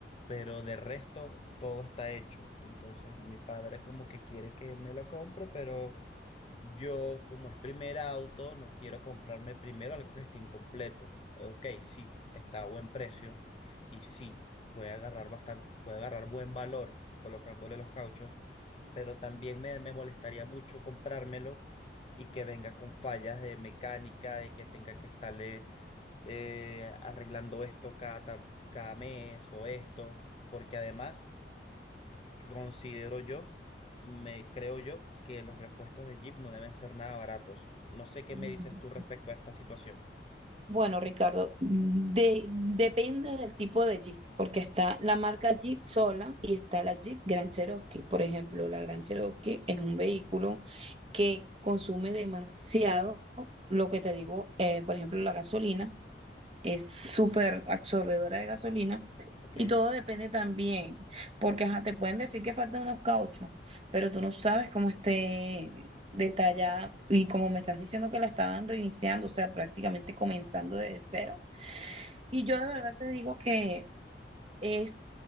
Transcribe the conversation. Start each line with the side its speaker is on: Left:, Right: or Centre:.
Left: pero de resto todo está hecho. Entonces mi padre como que quiere que me lo compre, pero yo como es primer auto no quiero comprarme primero algo que esté incompleto. Ok, sí, está a buen precio. Y sí, puede agarrar bastante, puede agarrar buen valor colocándole los cauchos, pero también me, me molestaría mucho comprármelo y que venga con fallas de mecánica, de que tenga que estarle eh, arreglando esto cada, tan- cada mes o esto, porque además considero yo, me creo yo, que los repuestos de Jeep no deben ser nada baratos. No sé qué
Right: Mm.
Left: me dices tú respecto a esta situación.
Right: Bueno, Ricardo, de- depende del tipo de Jeep, porque está la marca Jeep sola y está la Jeep Grand Cherokee. Por ejemplo, la Grand Cherokee es un vehículo que consume demasiado, lo que te digo, eh, por ejemplo, la gasolina es súper absorbedora de gasolina
Left: Ok.
Right: y todo depende también, porque ajá, te pueden decir que faltan unos cauchos, pero tú no sabes cómo esté detallada y como me estás diciendo que la estaban reiniciando, o sea, prácticamente comenzando desde cero. Y yo de verdad te digo que es,